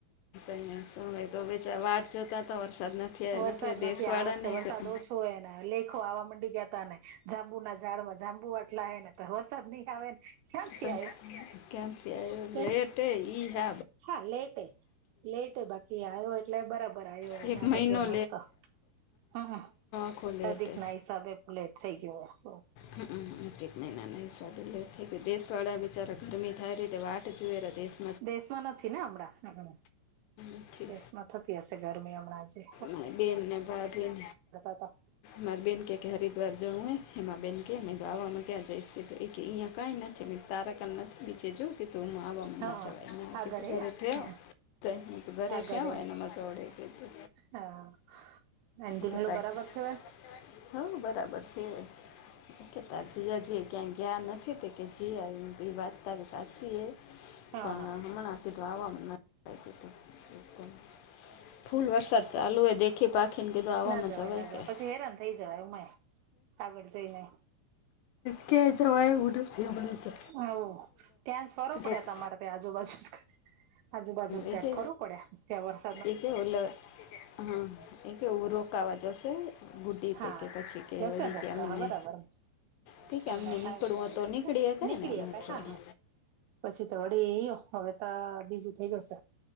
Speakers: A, on the left (about 80°); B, on the right (about 80°).
A: અંયા શુંય તો બેચાર વાટ જોતા તો વરસાદ નથી. આવ્યો
B: વરસાદ
A: આવ્યો.
B: નથી
A: દેશવાળાને
B: આવડશે વરસાદ
A: ક- ક-
B: ઓછો હોય ને લેખો આવા મંડી ગયાતા ને જાંબુના ઝાડમાં જાંબુ આટલા આવે ને ત વરસાદ નહીં આવે ને ક્યાંથી
A: ક-
B: આવ્યો?
A: ક્યાંથી આવ્યો
B: તે
A: લેટ હે.
B: હા લેટ હે. લેટે હે બાકી આવ્યો એટલે બરાબર આવ્યો હમણાં
A: એક મહિનો
B: તો એકદમ મસ્ત હમ
A: ખોલે
B: અધિક
A: તે
B: ના હિસાબે પ્લેટ થઈ ગયો.
A: હમ એક મહિનાના હિસાબે લે દેશવાળા બિચારા ગરમી થાય રીતે વાટ જુએ દેશ
B: દેશમાં નથી ને હમણાં
A: નથી
B: દેશમાં થતી હશે ગરમી હમણાં હજી
A: મારી બેન ને ભાઈ બહેન
B: હતા
A: મારી બેન ક કે હરિદ્વાર જવું હે. હેમાબેન કે આવામાં ક્યાં જઈસ કે એ કે કંઈ નથી તારાકાને નથી બીજે જો તું આવામા
B: હા
A: ના ચવાઈ મા
B: આગળ
A: કે તું
B: એ
A: ઘરે થ્યો.
B: હમ
A: ઘરે
B: આગળ
A: થ્યો
B: એ
A: એમાં સોડે કે તો
B: હા. ઢીંગલો
A: તો પછી
B: બરાબર થયો એમ
A: હોવ બરાબરથી કે તાર જીજાજી એ ક્યાંય ગ્યા નથી તે કે જી વાત તારી સાચી એ.
B: હા
A: પણ હમણાં કીધું આવામાં ના જવાય કીધું. એકદમ ફૂલ વરસાદ ચાલુ હે દેખી પાખી કે દો આવામાં
B: ના
A: જવાય
B: ના
A: ક્યાં
B: પછી હેરાન થઈ જવાય ઉમાંય આગળ જઈને
A: ક્યાંય જવાય એવું નથી હમણાં તો
B: હોવ ત્યાં જ ફરો પડ્યા
A: કે ઓલો રોક
B: તમારે ત્યા આજુબાજુ આજુબાજુ
A: એ
B: ક્યાંક
A: કે
B: ફરવું પડ્યા ત્યાં વર્ષ
A: એ કેવું ઓ લ હા એ કેવું રોકાવા જશે. ગુટી
B: હા
A: તે કે પછી કે
B: જશે
A: વળી
B: રોકા
A: કે અમને
B: હા બરાબર
A: ઠીક
B: મહિનો
A: અમને
B: થાય
A: નીકળું
B: એટલે
A: હો
B: વળી
A: તો
B: એમ
A: નીકળી
B: થાય
A: હાંકાઈ
B: નીકળીએ
A: ને એઠવાડે
B: કઈ હા હા પછી તો વળીયો હવે તો બીજી થઈ જશે.